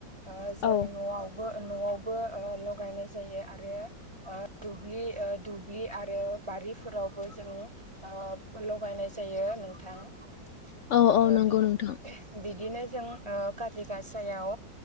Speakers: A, on the right (about 15°); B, on the left (about 75°).
A: ओ जों
B: औ
A: न'आवबो न'आवबो ओ लगायनाय जायो आरो ओ दुब्लि ओ दुब्लि आरो बारिफोरावबो जोङो ओ लगायनाय जायो नोंथां ओ
B: औ औ नंगौ
A: बिद
B: नोंथां
A: बिद बिदिनो जों ओ काति गाासायाव